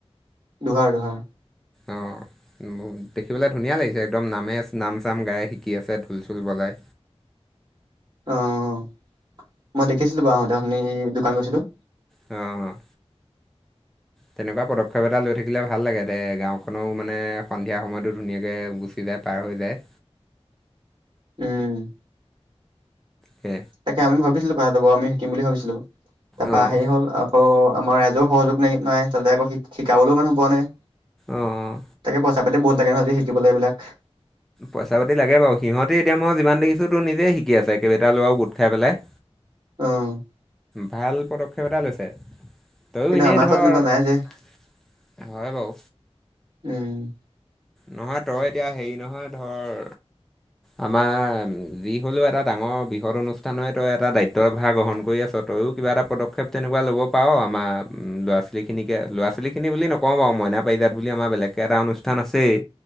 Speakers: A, on the right; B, in the centre.
A: দোহাৰ, দোহাৰ।
B: অ' দেখিবলৈ ধুনীয়া লাগিছে, একদম নামে নাম চাম গাই শিকি আছে ঢোল চোল বজাই।
A: অ' মই দেখিছিলোঁ বাৰু আহোঁতে অথনি দোকান গৈছিলোঁ।
B: অ' তেনেকুৱা পদক্ষেপ এটা লৈ থাকিলে ভাল লাগে দে গাঁওখনৰো মানে সন্ধিয়া সময়টো ধুনীয়াকৈ গুচি যায়। পাৰ হৈ যায়।
A: উম।
B: কে
A: তাকে আমি ভাবিছিলোঁ কথাতোৰ আমি শিকম বুলি ভাবিছিলোঁ। তাৰপা
B: অঁ
A: হেৰি হ'ল আকৌ আমাৰ ৰাইজেও সহযোগ নাই নাই তাতে আকৌ শিকাবলৈও মানুহ পোৱা নাই।
B: অঁ অঁ
A: তাকে পইচা পাতি বহত লাগে নহয় আজি শিকিবলৈ এইবিলাক।
B: পইচা পাতি লাগে বাৰু সিহঁতি এতিয়া মই যিমান দেখিছোঁ তোৰ নিজেই শিকি আছে। কেইবাটাও ল'ৰা গোট খাই পেলাই।
A: অ'
B: ভাল পদক্ষেপ এটা লৈছে তয়ো
A: কিন্তু
B: এনেই
A: আমাৰ আকৌ
B: ধৰ।
A: তেনেকুৱা নাই যে
B: হয় বাৰু।
A: উম।
B: নহয় তই এতিয়া হেৰি নহয় ধৰ। আমাৰ যি হ'লেও এটা ডাঙৰ বৃহৎ অনুষ্ঠানই তই এটা দায়িত্বভাৰ গ্ৰহণ কৰি আছোঁ। তইয়ো কিবা এটা পদক্ষেপ তেনেকুৱা ল'বপাৰো আৰু আমাৰ ল'ৰা ছোৱালীখিনিকে ল'ৰা ছোৱালীখিনি বুলি নক। নকও বাৰু মইনা পাৰিজাত বুলি আমাৰ বেলেগকে এটা অনুষ্ঠান আছেই।